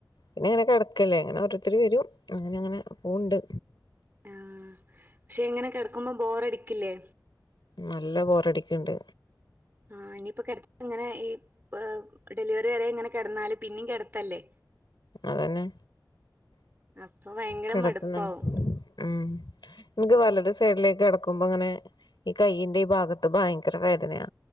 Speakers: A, on the left; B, on the right.
A: ഇന്നെ ഇങ്ങനെ കെടക്കല്ലേ അങ്ങന ഓരോരുത്തര് വെരും അങ്ങനെ അങ്ങനെ പോണ്ട്
B: ആഹ് ഷേ ഇങ്ങനെ കെടക്കുംമ്പം ബോറടിക്കില്ലേ
A: നല്ല ബോറടിക്ക്ണ്ട്
B: ആ ഇനിയിപ്പോ കെട ഇങ്ങനെ ഈ പ് ഡെലിവറി വരെ ഇങ്ങനെ കെടന്നാല് പിന്നീ കെടത്തല്ലേ
A: അതന്നെ
B: അപ്പൊ ഭയങ്കര
A: കെടത്തംതന്നെ
B: മടുപ്പാവും
A: ഉം എന്ക് വലത് സൈഡിലേക്ക് കെടക്കുമ്പ ങ്ങനെ ഈ കയ്യീന്റെ ഈ ഭാഗത്ത് ഭയങ്കര വേദനയാ